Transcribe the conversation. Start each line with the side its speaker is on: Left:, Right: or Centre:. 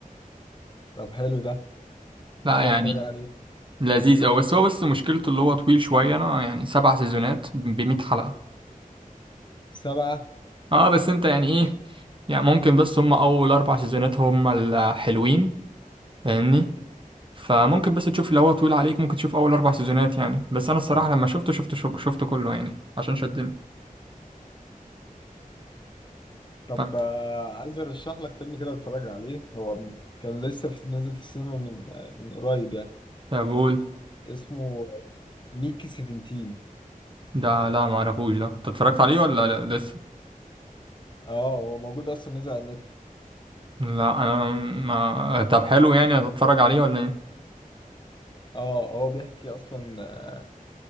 Left: طب حلو ده ممكن
Right: لا يعني
Left: اتفرج عليه
Right: لذيذ أوي بس هو بس مشكلته اللي هو طويل شويه انا يعني سبع سيزونات ب 100 حلقه
Left: سبعة
Right: اه بس انت يعني ايه يعني ممكن بس هم اول اربع سيزونات هم الحلوين فاهمني فممكن بس تشوف لو هو طويل عليك ممكن تشوف اول اربع سيزونات يعني بس انا الصراحه لما شفته شفته شو- شفته كله يعني عشان شدني
Left: طب
Right: فهمت
Left: آه، عايز ارشح لك فيلم كده اتفرج عليه هو م- كان لسه في نازل في السينما من آه، من قريب يعني
Right: طب قول
Left: اسمه ميكي 17
Right: ده لا ما اعرفوش ده انت اتفرجت عليه ولا لا لسه
Left: اه هو موجود اصلا نزل على النت
Right: لا انا ما طب حلو يعني هتتفرج عليه ولا ايه
Left: اه هو بيحكي اصلا آه،